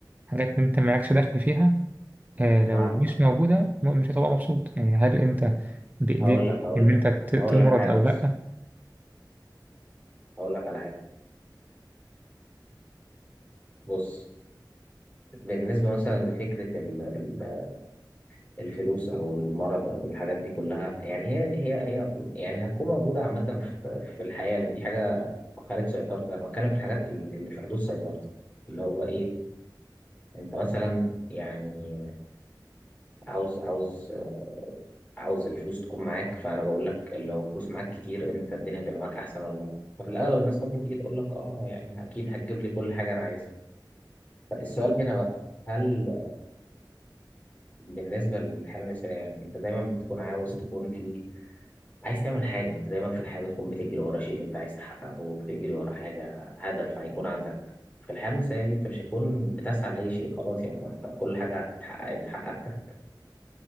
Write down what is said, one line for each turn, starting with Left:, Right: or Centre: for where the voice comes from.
Right: حاجات أنت مالكش دخل فيها آه،
Left: مع
Right: لو مش موجودة م- مش هتبقى مبسوط يعني هل أنت بإيديك
Left: هقول لك هقول
Right: إن
Left: لك
Right: أنت ت- تمرض
Left: هقول لك حاجة
Right: أو
Left: بس
Right: لأ؟
Left: هقول لك على حاجة بص بالنسبة مثلا لفكرة ال... ال- الفلوس أو المرض أو الحاجات دي كلها يعني هي هي هي يعني هتكون موجودة عامة في... في الحياة لأن دي حاجة خارج سيطرتك أنا بتكلم في الحاجات اللي اللي في حدود سيطرتك اللي هو إيه انت مثلا يعني عاوز عاوز عاوز الفلوس تكون معاك فانا بقول لك لو الفلوس معاك كتير انت الدنيا هتبقى معاك احسن والله ففي الاغلب الناس ممكن تيجي تقول لك اه يعني اكيد هتجيب لي كل حاجه انا عايزها فالسؤال هنا بقى هل بالنسبه للحياه المثاليه يعني انت دايما بتكون عاوز تكون في عايز تعمل حاجه انت دايما في الحياه بتكون بتجري ورا شيء انت عايز تحققه وبتجري ورا حاجه هدف هيكون عندك في الحياه المثاليه دي انت مش هتكون بتسعى لاي شيء خلاص يعني انت كل حاجه اتحققت اتحققت